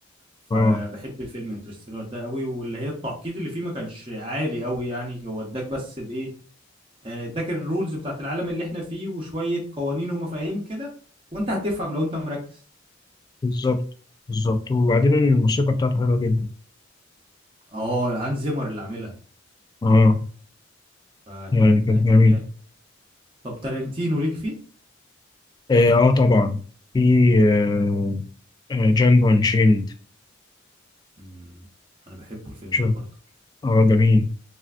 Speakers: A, on the right; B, on the left.
A: فبحب
B: اه
A: الفيلم انترستيلر ده قوي واللي هي التعقيد اللي فيه ما كانش عالي قوي يعني هو اداك بس الايه آه، اداك الرولز بتاعت العالم اللي احنا فيه وشوية قوانين ومفاهيم كده وانت هتفهم لو انت مركز
B: بالظبط بالظبط وبعدين الموسيقى بتاعته حلوه جدا
A: اه هانز زيمر اللي عاملها
B: اه
A: فكان
B: يعني كانت
A: كان
B: جميله
A: جامد طب تارنتينو ليك فيه؟
B: اه آه طبعا في آه آه جانجو انشيند
A: مم. انا بحبه الفيلم
B: شوف
A: ده برضه
B: اه جميل